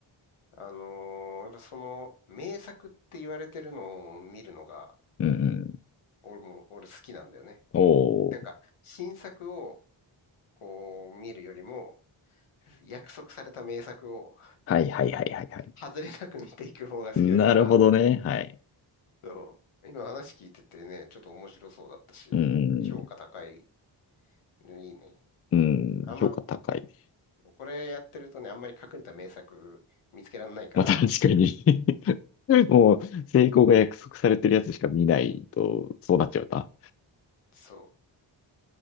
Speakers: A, on the left (about 80°); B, on the left (about 30°).
A: あのーやっぱその名作って言われてるのを見るのが、
B: うんうん。
A: 俺も、俺好きなんだよね。
B: おー。
A: なんか新作をこう見るよりも、約束された名作を
B: はいはいはいはいはい。
A: 外れなく見ていく方が好きだから、
B: なるほどね。はい。
A: そう、今話聞いててね、ちょっと面白そうだったし、
B: うんう
A: 評価高い
B: ん。
A: のいいね。
B: うん、
A: あんま、
B: 評価高いね。
A: これやってるとね、あんまり隠れた名作見つけらんないから、
B: まあ確かに <laughs> もう、成功が約束されてるやつしか見ないと、そうなっちゃうな。
A: そ